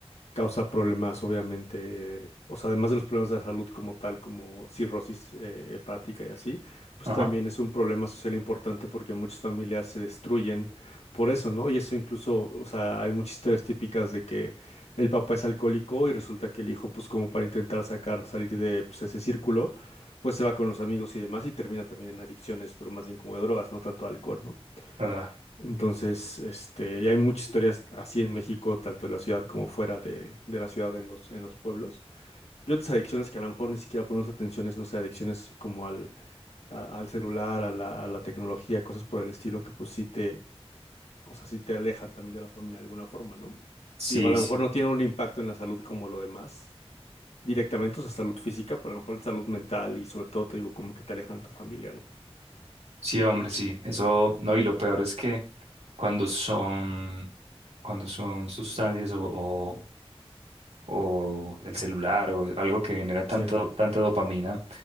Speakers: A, on the left (about 80°); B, on the right (about 80°).
A: causa problemas, obviamente, o sea, además de los problemas de la salud como tal, como cirrosis eh, hepática y así, pues
B: ajá,
A: también es un problema social importante porque muchas familias se destruyen por eso, ¿no? Y eso incluso, o sea, hay muchas historias típicas de que el papá es alcohólico y resulta que el hijo, pues como para intentar sacar, salir de pues, ese círculo, pues se va con los amigos y demás y termina también en adicciones, pero más bien como de drogas, no tanto alcohol, ¿no?
B: ah,
A: Entonces, este, y hay muchas historias así en México, tanto en la ciudad como fuera de, de la ciudad, en los, en los pueblos. Y otras adicciones que a lo mejor ni siquiera ponemos atención, es, no sé, adicciones como al, a- al celular, a la, a la tecnología, cosas por el estilo que pues sí te, o sea, sí te alejan también de la familia de alguna forma, ¿no?
B: sí,
A: Sí, a lo
B: sí.
A: mejor no tiene un impacto en la salud como lo demás, directamente, o sea, salud física, pero a lo mejor salud mental y sobre todo te digo como que te alejan de tu familia, ¿no?
B: Sí, hombre, sí. Eso, no, y lo peor es que cuando son, cuando son sustancias o, o o el celular o algo que genera tanto,
A: Sí,
B: tanta dopamina